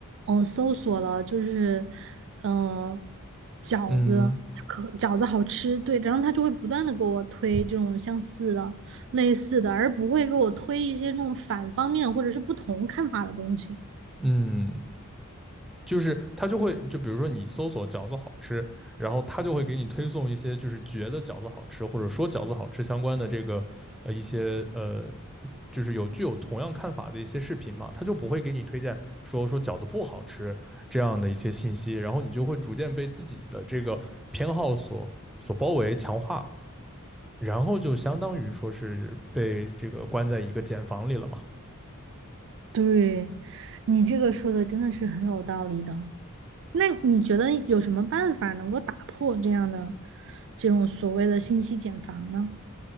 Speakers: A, on the right; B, in the centre.
A: 嗯，搜索了，就是，嗯，饺子，
B: 嗯
A: 可饺子好吃，对，然后他就会不断的给我推这种相似的、类似的，而不会给我推一些那种反方面或者是不同看法的东西。
B: 嗯，就是他就会，就比如说你搜索饺子好吃，然后他就会给你推送一些就是觉得饺子好吃或者说饺子好吃相关的这个呃一些呃就是有具有同样看法的一些视频嘛，他就不会给你推荐说说饺子不好吃这样的一些信息，然后你就会逐渐被自己的这个偏好所所包围强化，然后就相当于说是被这个关在一个茧房里了嘛。
A: 对，你这个说的真的是很有道理的。那你觉得有什么办法能够打破这样的这种所谓的信息茧房呢？